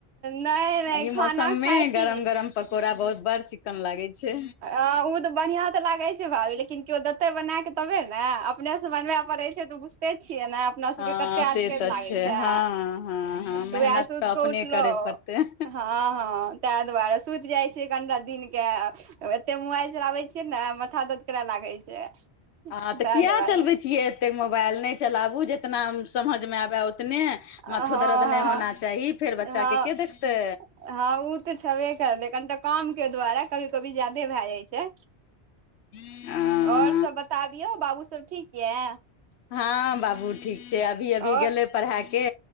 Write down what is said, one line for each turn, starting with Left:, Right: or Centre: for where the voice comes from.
Right: नै नै
Left: एहि
Right: खाना
Left: मौसम मे
Right: खाइ
Left: गरम
Right: छी।
Left: गरम पकौड़ा बहुत बड़ चिक्कन लागै छै
Right: आ ऊ तऽ बढ़िआं तऽ लागै छै भाभी लेकिन केयो देतै बना कऽ तबे ने अपने से बनबय पड़े छै तऽ बुझते छियै ने अपना
Left: हँ
Right: सबके कते
Left: से
Right: आसक्त
Left: तऽ
Right: लागे छै
Left: हँ हँ हँ
Right: तऽ
Left: मेहनत
Right: वै सूत
Left: अपने
Right: क उठलऊ
Left: करे पड़तै हँ
Right: हँ हँ त तय दुवारे सुति जाइ छिये एकघंटा दिन के एते मोबाइल चलाबै छियै ने माथा दर्द करय लागै छै
Left: हँ तऽ
Right: ताहि
Left: किए
Right: दुआरे
Left: चलबै छियै एतेक मोबाइल नहि चलाबू जितना समझमे आबय उतने
Right: हँ
Left: माथो
Right: हँ
Left: दर्द नहि होना चाही फेर बच्चा
Right: हँ
Left: के के देखतै
Right: हँ ओ तऽ छबे करलै कनिटा काम के द्वारे कभी-कभी ज्यादे भै जाइ छै।
Left: देखतै
Right: ओर सब बताबियौ बाबू सब ठीक यै
Left: हँ बाबू ठीक छै अभी-अभी
Right: आओर
Left: गेले पढ़ा के